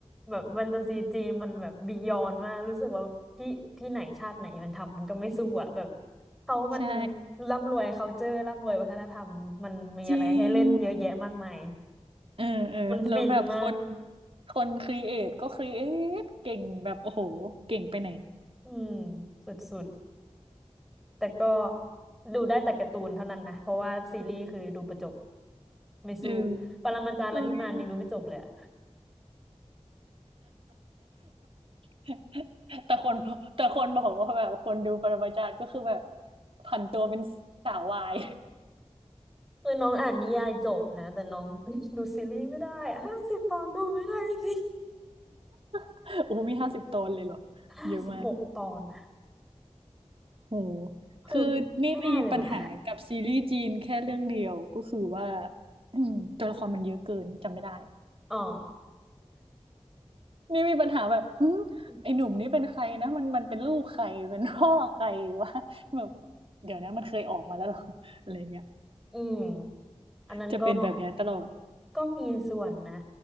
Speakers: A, in the centre; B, on the right.
A: แบบแฟนตาซีจีนมันแบบบียอนมากรู้สึกว่าที่ที่ไหนชาติไหนมันทำมันก็ไม่สู้อ่ะแบบเขามัน
B: ใช่
A: ร่ำรวย culture ร่ำรวยวัฒนธรรมมันมีอะไรให้เล่นเยอะแยะมากมาย
B: จริงเออเออแล้วแบบคน
A: มันฟินมาก
B: คนครีเอทก็ครีเอทเก่งแบบโอ้โหเก่งไปไหน
A: อืมสุดๆ แต่ก็ดูได้แต่การ์ตูนเท่านั้นนะเพราะว่าซีรีส์คือดูประจบไม่สู้
B: เออเอ้ย
A: ปรมาจารย์ลัทธิมานยังดูไม่จบเลยอะ
B: <laughs> แต่คนแต่คนบอกว่าแบบคนดูปรมาจารย์ก็คือแบบผันตัวเป็นสาววาย
A: คือน้องอ่านนิยายจบนะแต่น้อง <laughs> ดูซีรีส์ไม่ได้ห้าสิบตอนดูไม่ได้จริง
B: <laughs> โอ้โหมีห้าสิบตนเลยเหรอ
A: ห้าสิบหกตอนนะ
B: เยอะมาก โห
A: คือ
B: คือนี่มีปัญหากับซีรีส์จีนแค่เรื่องเดียวก็คือว่า
A: ไม่ได้เลยว่ะ
B: <clears throat> อืมตัวละครมันเยอะเกินจำไม่ได้
A: อ๋อ
B: นี่มีปัญหาแบบหึ
A: <laughs>
B: ไอ้หนุ่มนี่เป็นใครนะมันมันเป็นลูกใครเป็นพ่อใครวะแบบเดี๋ยวนะมันเคยออกมาแล้วเหรอ <laughs> อะไรเงี้ย
A: อืมอันนั้นก็
B: จะเป็นแบบเนี้ยตลอด
A: ก็มีส่วนนะ